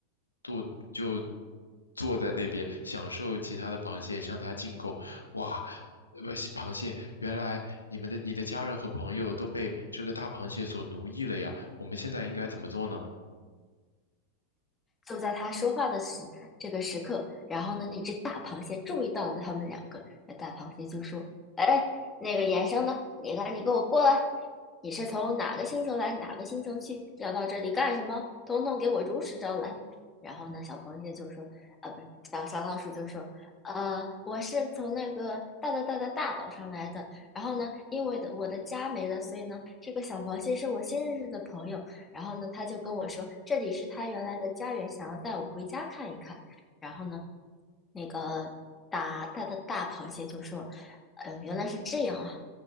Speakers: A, on the left; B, on the left.
A: 坐就坐在那边享受其他的螃蟹向它进贡。哇！呃不螃蟹，原来你们的你的家人和朋友都被这个大螃蟹所奴役了呀，我们现在应该怎么做呢？
B: 就在他说话的时这个时刻，然后呢，那只大螃蟹注意到了他们两个，那大螃蟹就说：“哎，那个衍生的，你赶紧给我过来！你是从哪个星球来，哪个星球去，要到这里干什么？统统给我如实招来。”然后呢，小螃蟹就说：“啊，不是，小小老鼠就说，呃，我是从那个大大大大大岛上来的。然后呢，因为的我的家没了，所以呢，这个小螃蟹是我新认识的朋友。然后呢，他就跟我说，这里是他原来的家园，想要带我回家看一看。然后呢，那个大大的大螃蟹就说：“哎呦，原来是这样啊！